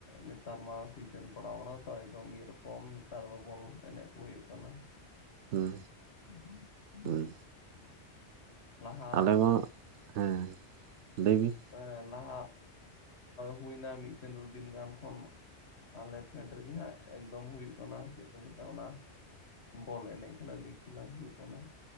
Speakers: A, on the left; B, on the right.
A: ᱱᱮᱛᱟᱨ ᱢᱟ ᱥᱤᱡᱤᱱ ᱡᱚᱯᱲᱟᱣ ᱟᱠᱟᱱᱟ ᱛᱚ ᱮᱠᱫᱚᱢ ᱢᱤᱫ ᱨᱚᱠᱚᱢ ᱱᱮᱛᱟᱨ ᱫᱚ ᱵᱚᱞ ᱮᱱᱮᱡ ᱠᱚ ᱦᱩᱭᱩᱜ ᱠᱟᱱᱟ᱾ <unintelligible>
B: ᱦᱩᱸ ᱦᱩᱸ
A: ᱞᱟᱦᱟ
B: ᱟᱞᱮ ᱢᱟ ᱦᱮᱸ ᱞᱟᱹᱭ ᱵᱤᱱ
A: ᱮ ᱞᱟᱦᱟ ᱦᱩᱭᱱᱟ ᱢᱤᱫ ᱪᱟᱸᱫᱳ ᱫᱤᱱ ᱜᱟᱱ ᱠᱷᱚᱱ ᱟᱞᱮ ᱯᱷᱮᱰ ᱨᱮᱜᱮ ᱦᱟᱸᱜ ᱮᱠᱫᱚᱢ ᱦᱩᱭᱩᱜ ᱠᱟᱱᱟ ᱪᱮᱫ ᱠᱚ ᱢᱮᱛᱟᱜᱼᱟ ᱚᱱᱟ ᱵᱚᱞ ᱮᱱᱮᱡ ᱠᱷᱮᱞᱟ ᱞᱤᱜᱽ ᱠᱷᱮᱞᱟ ᱦᱩᱭᱩᱜ ᱠᱟᱱᱟ